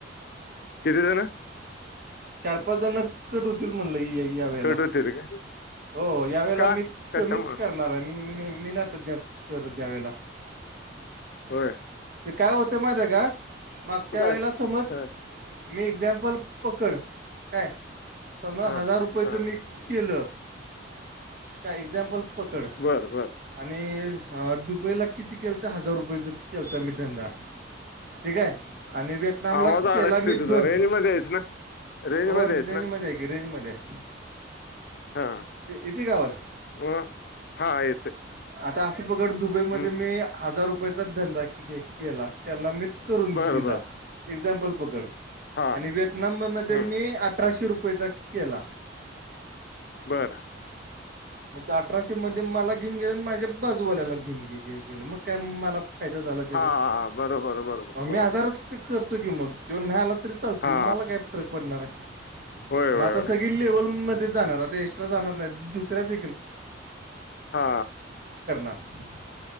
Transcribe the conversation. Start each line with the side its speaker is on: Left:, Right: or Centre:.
Left: किती जण
Right: चार पाच जण कट होतील म्हणलं या वेळेला
Left: कट होतील काय
Right: हो यावेळेला
Left: का
Right: मी
Left: कशामुळे
Right: कमीच करणार आहे मी महनतच जास्त कर त्यावेेळेला
Left: हो
Right: ते काय होतं माहि त्या का मागच्या वेळेला
Left: काय
Right: समज
Left: हा
Right: मी एक्झाम्पल पकड काय समर
Left: हा
Right: हजार रुप पैचं
Left: हा
Right: मी केलं काय एक्झामपल खूप पकड
Left: बर बर
Right: आणि ह दुबईला किती केलंतं हजार रुपयेचं केलत मी धंदा ठीक आहे आन ब नामला
Left: आवाज
Right: केला
Left: अडकतोय
Right: मी
Left: तुझा
Right: दोन
Left: रेंज मध्ये आहेस ना रेंज
Right: हो
Left: मध्ये
Right: रेंजमध्ये
Left: आहेस ना
Right: आहे की रेंजमध्ये आहे
Left: हा
Right: इतीी कावाज
Left: मग हा येते
Right: आता असं प्रकार दुबईमध्ये
Left: हम्म.
Right: मी हजार रुपयाचा धंदा केला त्याला मी
Left: बर
Right: दि
Left: बर
Right: एझमपल पड
Left: हा
Right: आणि व नंबमध्ये
Left: हम्म.
Right: मी अठराशे रुपयेचा केला.
Left: बरं.
Right: मग ते अठराशेमध्येध्ये मला घेऊन गेलं आणि माझ्या बाजूवाल्याला घेऊन गे केलं मग काय मला फायदा झाला त्याचा
Left: हा बरोबर बरोबर
Right: म
Left: बरोबर
Right: मी आजारच. करतो की मग तेो नला तरी चातय
Left: हा
Right: मला काय फरक पडणार आहे.
Left: होय
Right: मग
Left: होय
Right: आता
Left: होय
Right: सगळी लेवलमध्येध्ये जाणार आता एक्स्ट्रा जाणार नाही दुसऱ्याच
Left: हा
Right: <unintelligible>